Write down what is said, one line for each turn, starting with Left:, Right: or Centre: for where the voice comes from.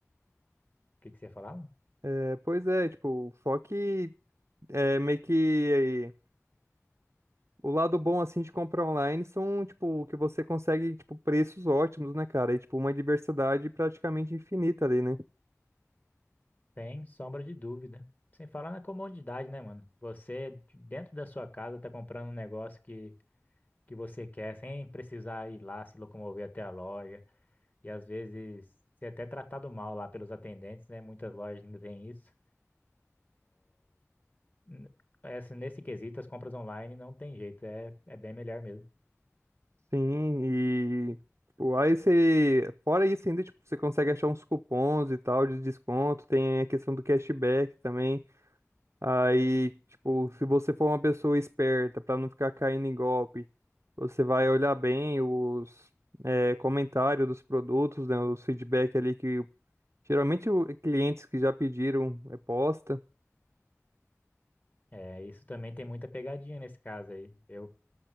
Left: o que que você ia falar, mano?
Right: É, pois é, tipo, só que é meio que. O lado bom, assim, de comprar online são, tipo, que você consegue, tipo, preços ótimos, né, cara? E, tipo, uma diversidade praticamente infinita ali, né?
Left: Sem sombra de dúvida. Sem falar na comodidade, né, mano? Você, dentro da sua casa, tá comprando um negócio que, que você quer, sem precisar ir lá se locomover até a loja. E às vezes, você é até tratado mal lá pelos atendentes, né? Muitas lojas ainda têm isso. N- Essa, nesse quesito, as compras online não tem jeito, é, é bem melhor mesmo.
Right: Sim, e, tipo, aí você... Fora isso ainda, tipo, você consegue achar uns cupons e tal de desconto, tem a questão do cashback também. Aí, tipo, se você for uma pessoa esperta, pra não ficar caindo em golpe, você vai olhar bem os... é, comentário dos produtos, né, os feedback ali que Geralmente, o- clientes que já pediram é posta.
Left: É, isso também tem muita pegadinha nesse caso aí. Eu,